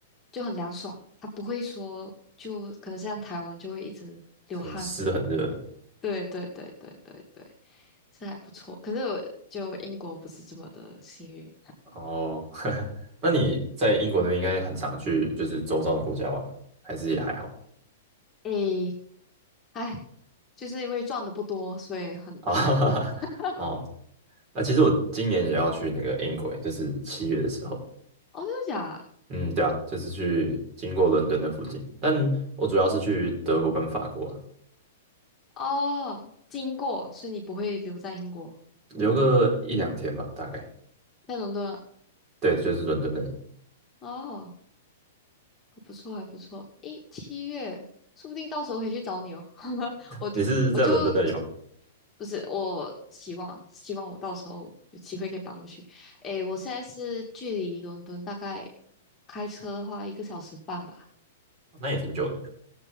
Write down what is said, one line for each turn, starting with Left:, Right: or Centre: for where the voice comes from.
Left: 就很凉爽，它不会说就可能像台湾就会一直流汗。
Right: 很湿很热。
Left: 对对对对对对，是还不错。可是我就英国不是这么的幸运，
Right: 哦，<laughs> 那你在英国那边应该很常去，就是周遭的国家玩吧？还是也还好
Left: 诶，唉，就是因为赚的不多，所以很很难过。
Right: 啊？<laughs>
Left: <laughs>
Right: 哦，那其实我今年也要去那个英国，就是七月的时候。
Left: 哦，真的假的？
Right: 嗯，对啊，就是去经过伦敦的附近，但我主要是去德国跟法国啊
Left: 哦，经过，所以你不会留在英国，
Right: 留个一两天吧，大概。
Left: 在伦敦啊
Right: 对，就是伦敦那里。
Left: 哦。还不错，还不错。诶，七月，说不定到时候可以去找你哦。<laughs> 我我就
Right: 你是在伦敦那里吗？
Left: 不是，我希望希望我到时候有机会可以搬过去。诶，我现在是距离伦敦大概开车的话一个小时半吧，
Right: 哦那也挺久的，